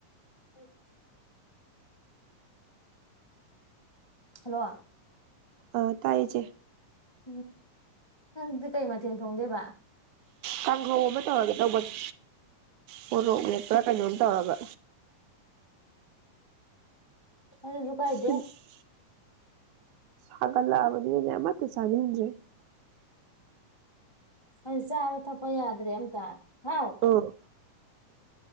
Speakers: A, on the left; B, on the right.
A: ꯍꯥꯏꯔꯤ ꯍꯜꯂꯣ
B: ꯑ ꯇꯌꯦꯆꯦ
A: ꯎꯝ ꯍꯪꯗꯤ ꯀꯩ ꯃꯊꯅ ꯊꯣꯡꯗꯦꯕ
B: ꯀꯥꯡꯍꯧꯕ ꯑꯃ ꯇꯧꯔꯒ ꯇꯧꯕꯅꯤ ꯃꯣꯔꯣꯛ ꯃꯦꯠꯄꯔꯥ ꯀꯩꯅꯣꯝ ꯇꯧꯔꯒꯥ
A: ꯑꯗꯨꯁꯨ ꯀꯥꯏꯗꯦ
B: <unintelligible> ꯁꯒꯠ ꯂꯕꯅꯤꯅꯦ ꯃ ꯆꯥꯅꯤꯡꯗꯔ꯭ꯦ <inaudible>
A: ꯑꯩ ꯆꯥꯕ ꯊꯛꯄ ꯌꯥꯗ꯭ꯔꯦ ꯑꯝꯇ ꯍꯥꯎ
B: ꯑꯥ